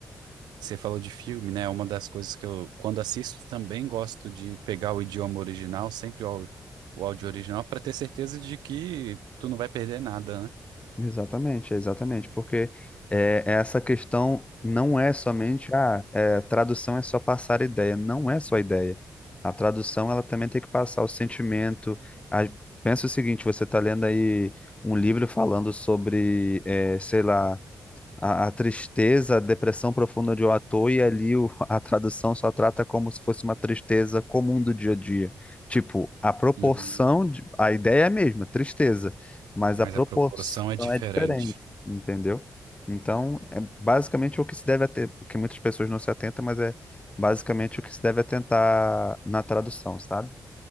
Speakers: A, on the right; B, on the left.
A: Você falou de filme, né? Uma das coisas que eu, quando assisto, também gosto de pegar o idioma original, sempre o, au- o áudio original, para ter certeza de que tu não vai perder nada, né?
B: Exatamente, exatamente, porque é, essa questão não é somente a tradução é só passar ideia, não é só ideia. A tradução ela também tem que passar o sentimento. A- pensa o seguinte, você está lendo aí um livro falando sobre, é, sei lá, a, a tristeza, a depressão profunda de um ator, e ali o- <laughs> a tradução só trata como se fosse uma tristeza comum do dia a dia. Tipo, a proporção,
A: Uhum.
B: de- a ideia é a mesma, tristeza, mas
A: Mas
B: a proporção
A: a proporção é diferente.
B: é diferente, entendeu? Então, é basicamente o que se deve ater, o que muitas pessoas não se atentam, mas é basicamente o que se deve atentar na tradução, sabe?